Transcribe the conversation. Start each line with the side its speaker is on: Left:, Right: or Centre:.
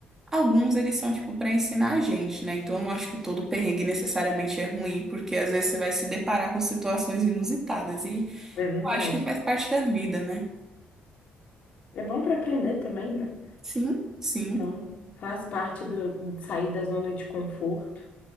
Right: alguns eles são, tipo, para ensinar a gente, né? Então, eu não acho que todo perrengue necessariamente é ruim, porque às vezes você vai se deparar com situações inusitadas e
Left: É verdade.
Right: eu acho que faz parte da vida, né?
Left: É bom para aprender também, né?
Right: Sim, sim,
Left: Então, faz parte do de sair da zona de conforto.